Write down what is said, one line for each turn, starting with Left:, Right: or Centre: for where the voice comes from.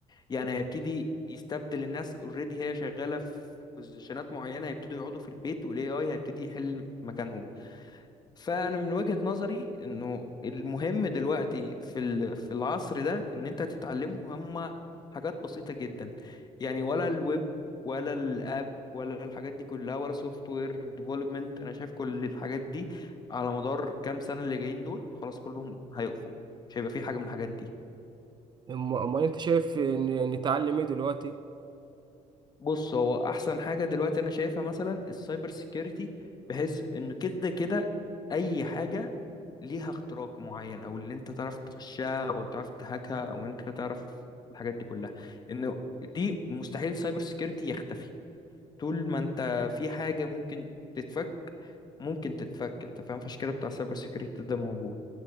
Left: يعني هيبتدي يستبدل الناس اوريدي هي شغاله في بوزيشنات معينه هيبتدوا يقعدوا في البيت والاي اي هيبتدي يحل مكانهم فانا من وجهة نظري انه المهم دلوقتي في ال- في العصر ده ان انت تتعلمه هما حاجات بسيطة جدا يعني ولا الويب ولا الاب ولا الحاجات دي كلها ولا سوفت وير ديفلوبمنت انا شايف كل الحاجات دي على مدار كام سنة اللي جايين دول خلاص كلهم هيقفوا مش هيبقى في حاجة من الحاجات دي
Right: أم- أمال أنت شايف إن- نتعلم إيه دلوقتي؟
Left: بص هو احسن حاجه دلوقتي انا شايفها مثلا السايبر سيكيورتي بحيث ان كده كده اي حاجه ليها اختراق معين او اللي انت تعرف تخشها او تعرف تهاكها او انت تعرف الحاجات دي كلها انه دي مستحيل السايبر سيكيورتي يختفي طول ما انت في حاجه ممكن تتفك ممكن تتفك انت فاهم فالشكل بتاع سايبر سيكيورتي ده موجود